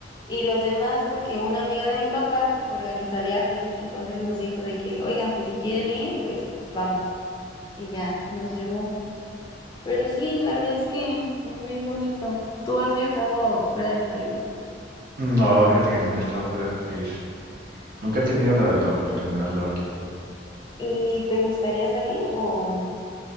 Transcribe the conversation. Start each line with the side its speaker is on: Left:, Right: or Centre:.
Left: y los demás porque una amiga de mi papá organiza viajes, entonces nos dijo de que, oigan, pues si quieren ir, pues vamos. Y ya nos llevó. Pero sí, la verdad es que muy bonito. ¿Tú has viajado fuera del país?
Right: No, fíjate que nunca he estado fuera del país. Nunca he tenido la, la oportunidad, la verdad.
Left: ¿Y te gustaría salir o no?